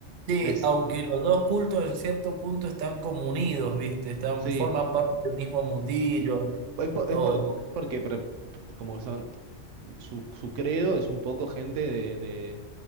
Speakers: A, on the right (about 55°); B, on the right (about 85°).
A: Sí,
B: no es,
A: aunque los dos cultos en cierto punto están como unidos, ¿viste? Están,
B: sí,
A: forman parte del mismo mundillo.
B: Es por-
A: O,
B: es por- porque pre- como que son, su, su credo es un poco gente de, de